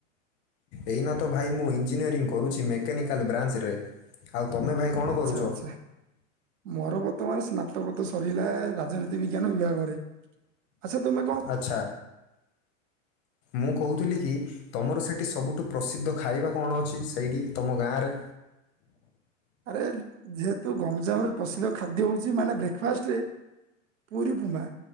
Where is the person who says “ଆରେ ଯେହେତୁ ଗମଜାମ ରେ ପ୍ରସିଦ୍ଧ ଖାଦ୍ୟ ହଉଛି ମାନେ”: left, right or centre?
Right